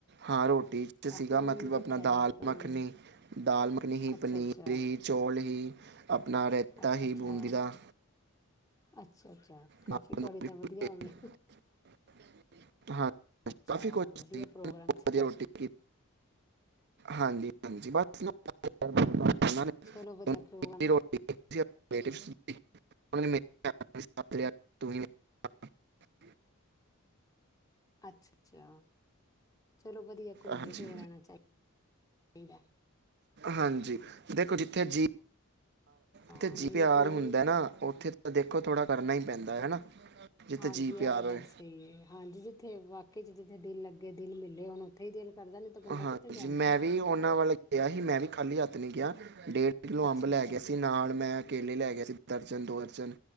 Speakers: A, on the right (about 50°); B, on the left (about 15°).
A: ਹਾਂ ਰੋਟੀ ਚ
B: ਕਾਫੀ
A: ਸੀਗਾ ਮਤਲਬ
B: ਵੀ
A: ਆਪਣਾ
B: ਰੱਖਿਆ
A: ਦਾਲ
B: ਦਾ ਸੀਗਾ ਉਹਨਾਂ
A: ਮੱਖਣੀ,
B: ਨੇ
A: ਦਾਲ ਮੱਖਣੀ ਹੀ
B: ਅੱਛਾ
A: ਪਨੀਰ
B: ਅੱਛਾ
A: ਹੀ ਚੌਲ ਹੀ ਆਪਣਾ ਰਾਇਤਾ
B: ਅੱਛਾ
A: ਹੀ
B: ਅੱਛਾ
A: ਬੂੰਦੀ ਦਾ।
B: ਅੱਛਾ ਅੱਛਾ। ਕਾਫੀ
A: ਨਾਲ ਤੰਦੂਰੀ
B: ਤੁਹਾਡੇ ਤਾਂ
A: ਫੁਲਕੇ
B: ਵਧੀਆ ਹੋ ਗਏ।
A: <unintelligible> ਹਾਂ
B: ਅੱਛਾ
A: ਕਾਫੀ ਕੁਝ ਸੀ
B: ਵਧੀਆ ਪ੍ਰੋਗਰਾਮ ਸੀਗਾ।
A: ਵਧੀਆ ਰੋਟੀ ਕੀ ਹਾਂਜੀ ਹਾਂਜੀ ਬਸ <inaudible>
B: ਚਲੋ ਵਧੀਆ
A: ਉਹਨਾਂ
B: ਪ੍ਰੋਗਰਾਮ
A: ਦੀ ਰੋਟੀ <inaudible>
B: ਅੱਛਾ ਅੱਛਾ। ਚਲੋ ਵਧੀਆ ਘੁੰਮਦੇ
A: ਹਾਂਜੀ
B: ਫਿਰਦੇ ਰਹਿਣਾ ਚਾਹੀ <inaudible> ਏਵੈ
A: ਹਾਂਜੀ ਦੇਖੋ, ਜਿੱਥੇ ਜੀ
B: ਹਾਂ
A: ਜਥੇ ਜੀ
B: ਨਹੀਂ
A: ਪਿਆਰ
B: ਨਹੀਂ ਕੋਈ
A: ਹੁੰਦਾ
B: ਨੀ
A: ਨਾ ਉੱਥੇ ਤਾਂ ਦੇਖੋ ਥੋੜ੍ਹਾ ਕਰਨਾ ਹੀ ਪੈਂਦਾ। ਹੈ ਨਾ ਜਿੱਥੇ
B: ਹਾਂਜੀ
A: ਜੀ ਪਿਆਰ
B: <inaudible> ਇਹ ਤਾਂ ਗੱਲ
A: ਹੋਏ
B: ਸਹੀ ਐ ਹਾਂਜੀ ਜਿੱਥੇ ਵ ਜਿੱਥੇ ਦਿਲ ਲੱਗੇ ਦਿਲ ਮਿਲੇ ਹੁਣ ਉੱਥ ਹੀ ਦਿਲ ਕਰਦਾ ਨਹੀਂ ਤਾਂ ਬੰਦਾ
A: ਹਾਂ
B: ਕਿੱਥੇ ਜਾਂਦਾ
A: ਜੀ ਮੈਂ ਵੀ ਉਹਨਾਂ ਵੱਲ ਗਿਆ ਹੀ ਮੈਂ ਵੀ ਖਾਲੀ ਹੱਥ ਨੀ ਗਿਆ। ਡੇਢ ਕਿਲੋ
B: ਅੱਛਾ
A: ਅੰਬ ਲੈ
B: ਅੱਛਾ
A: ਗਿਆ ਸੀ ਨਾਲ ਮੈਂ ਕੇਲੇ ਲੈ ਗਿਆ ਸੀ ਦਰਜਨ ਦੋ ਦਰਜਨ